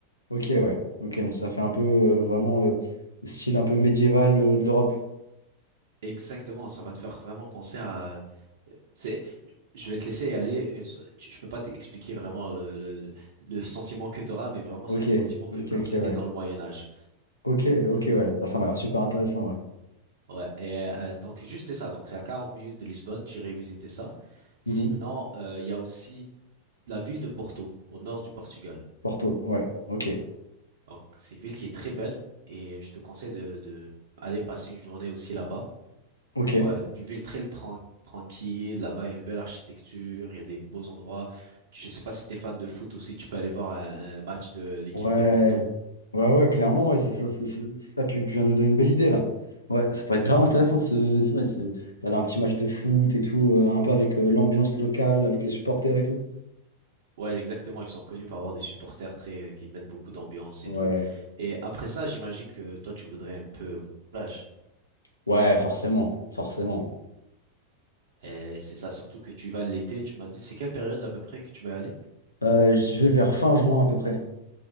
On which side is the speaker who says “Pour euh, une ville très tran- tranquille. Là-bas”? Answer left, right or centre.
Right